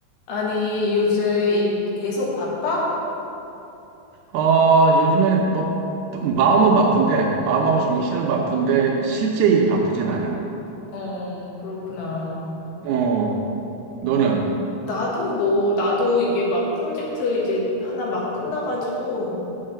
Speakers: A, on the left (about 70°); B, on the right (about 80°).
A: 아니, 요새 일 계속 바빠?
B: 어, 요즘에 뭐 바- 마음은 바쁜데 마음하고
A: 응.
B: 정신은 바쁜데 실제 일이 바쁘진 않아.
A: 어, 그렇구나.
B: 어, 너는?
A: 나도 뭐, 나도 이게 막 프로젝트 이제 하나 막 끝나가지고,